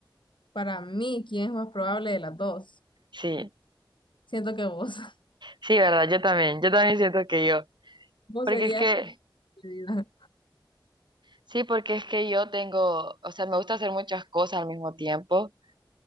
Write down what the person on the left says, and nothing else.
Para mí, ¿quién es más probable de las dos?
Siento que vos. <laughs>
Vos
serías
la elegida.